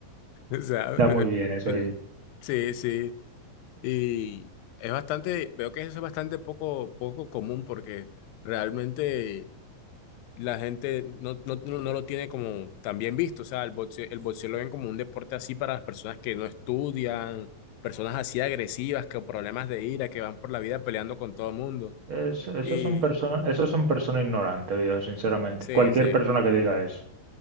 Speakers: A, on the left; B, on the right.
A: <laughs> O sea,
B: Está
A: eh,
B: muy bien eso,
A: en- sí, sí. Y es bastante, veo que eso es bastante poco, poco común porque realmente la gente no, no, no, no lo tiene como tan bien visto. O sea, el boxeo, el boxeo lo ven como un deporte así para las personas que no estudian, personas así agresivas, con problemas de ira, que van por la vida peleando con todo el mundo.
B: Es, esos
A: Y
B: son personas, esos son personas ignorantes, viejo, sinceramente.
A: sí,
B: Cualquier
A: sí,
B: persona que diga eso.